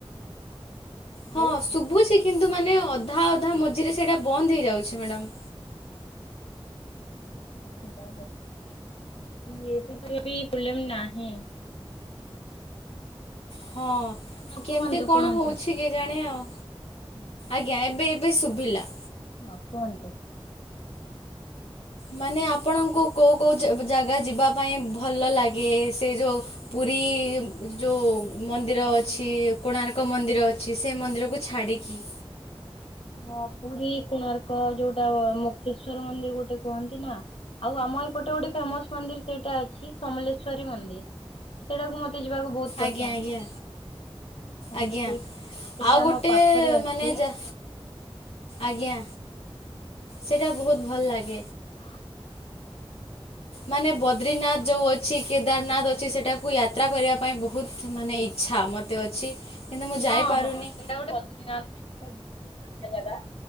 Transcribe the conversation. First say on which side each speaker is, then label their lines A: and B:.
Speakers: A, on the left; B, on the left.
A: ହ୍ୟାଲୋ।
B: ହଁ
A: ନାଇଁ
B: ଶୁଭୁଛି କି୍ କିନ୍ତୁ ମାନେ ଅଧା ଅଧା ମଝିରେ ସେଇଟା ବନ୍ଦ ହେଇଯାଉଛି ମ୍ୟାଡମ୍।
A: ଜାଣି ସେ କଛ <inaudible> ଏ ବିି ତ ବି ପୁଲମ ନାହିଁ <inaudible>
B: ହଁଅ।
A: ହଁ କୁହନ୍ତୁ
B: କେମିତି କଣ
A: କୁହନ୍ତୁ।
B: ହଉଛି କେଜାଣି ଆଉ
A: ହଁ
B: ଆଜ୍ଞା ଏବେ ଏବେ ଶୁଭିଲା।
A: ହଁ କୁହନ୍ତୁ।
B: ମାନେ ଆପଣଙ୍କୁ କଉ କଉ ଜାଗା ଯିବା ପାଇଁ ଭଲ ଲାଗେ ସେ ଯୋଉଁ ପୁରୀ ଯୋଉଁ ମନ୍ଦିର ଅଛି, କୋଣାର୍କ ମନ୍ଦିର ଅଛି, ସେ ମନ୍ଦିରକୁ ଛାଡ଼ିକି।
A: ହଁ ପୁରୀ କୋଣାର୍କ ଯୋଉଟା ମୁକ୍ତେଶ୍ଵର ମନ୍ଦିର ଗୋଟେ କୁହନ୍ତି ନା ଆଉ ଆମ ଏପଟେ ଗୋଟେ ଫେମସ ମନ୍ଦିର ସେଇଟା ଅଛି ସମଲେଶ୍ଵରୀ ମନ୍ଦିର ସେଇଟାକୁ ମତେ। ତେ ଯିବାକୁ ବହୁତ ପସନ୍ଦ
B: ଆଜ୍ଞା ଆଜ୍ଞା
A: ହଁ
B: ଆଜ୍ଞା
A: ସେ ସେଇଟା
B: ଆଉ
A: ଆମ
B: ଗୋଟେ
A: ପାଖରେ ଅଛି।
B: ମାନେ ଯା ଆଜ୍ଞା ସେଟା ବହୁତ ଭଲ ଲାଗେ
A: ହ
B: ମାନେ ବଦ୍ରିନାଥ ଯୋଉ ଅଛି କେ କେଦାରନାଥ ଅଛି ସେଟାକୁ ୟାତ୍ରା କରିବା ପାଇଁ ବହୁତ ମାନେ ଇଛା ମତେ ଅଛି। କିନ୍ତୁ ମୁଁ ଯାଇପାରୁନି
A: ହଁ ହଁ ସେଇଟା ଗୋଟେ ବଦ୍ରୀନାଥ ବି ସେଟା <unintelligible> ଜାଗା